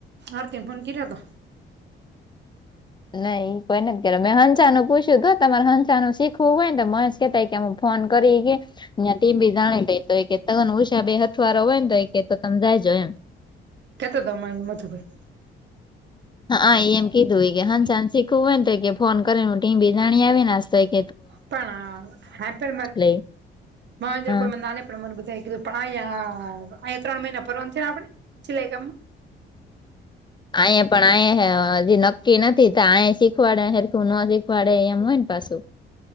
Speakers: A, on the right; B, on the left.
A: આરતીન ફોન કીરતો
B: નઈ ઈ કોઈ નથી કર મેં હંસાાનું પૂછ્યું તો તમારે હંસાાનું શીખવું હોય ને મ ત કેું ફોન કરીઈ કે ત્યાં તે બી જાણી લ તો હોય કે તગન ઉછા બે હથવારો હોય ને તો હોય કે તો તમે જાયજો એમ
A: કેત તય મધુભાઈ
B: હા એમ કીધું હોય કે હાંચાનું શીખવું હોય ને તો કે ફોન કરી ટીમ બી જાણી આવીન શે
A: પણ હે મર
B: લઈ
A: મોન્દ્ર
B: હા
A: કોઈ મ ના પણ મને બધું કીધું પણ અયા અહીંયા ત્રણ મહિના ભરવાનું છે આપણે સિલાઈ કામમાં
B: આયા પણ આયા અ હજી નક્કી નથી આ શીખવાડે હરખું ન શીખવાડે એમ હોય ને પાછું